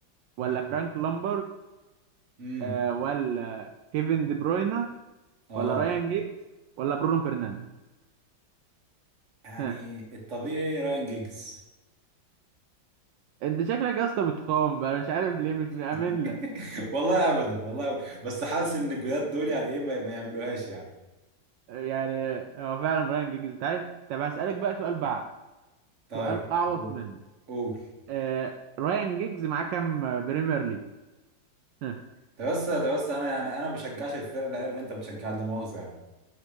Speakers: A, on the right; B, on the right.
A: ولا
B: امم
A: فرانك لامبرد
B: امم
A: آه ولا كيفن دي بروينا
B: اه
A: ولا رايان جيجز ولا برونو فرنانديز
B: يعني
A: <laughs>
B: الطبيعي راين جيجز
A: انت شكلك يا اسطى بتخام انا مش عارف ليه مش مأمن
B: <laughs>
A: لك
B: والله ابدا والله أبداً. بس حاسس ان الجداد دول يعني ايه ما ما يعملوهاش يعني
A: يعني هو فعلا رايان جيجز انت عارف طب هسألك بقى سؤال بعد
B: طيب
A: سؤال اعوص
B: قول
A: منه
B: قول
A: آه رايان جيجز معاه كام بريمير ليج ها.
B: طب بس طب بس انا يعني انا ما بشجعش الفرقه الاير اللي انت بتشجعها لا مؤاخذه يعني